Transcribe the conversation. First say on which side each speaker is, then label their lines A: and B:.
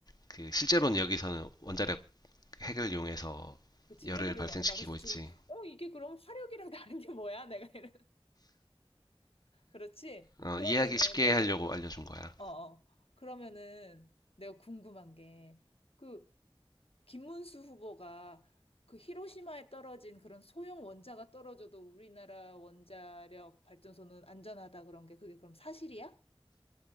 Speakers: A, on the left; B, on the left.
A: 그 실제로는 여기서는 원자력 핵을 이용해서
B: 그치.
A: 열을
B: 해고를
A: 발생시키고
B: 한 거. 나 그래서 지금,
A: 있지.
B: 어, 이게 그럼 화력이랑 다른 게 뭐야? 내가 이런. <laughs> 그렇지?
A: 어,
B: 그러면은
A: 이해하기 쉽게
B: 내가,
A: 하려고 알려준 거야.
B: 어, 어. 그러면은 내가 궁금한 게, 그 김문수 후보가 그 히로시마에 떨어진 그런 소형 원자가 떨어져도 우리나라 원자력 발전소는 안전하다 그런 게 그게 그럼 사실이야?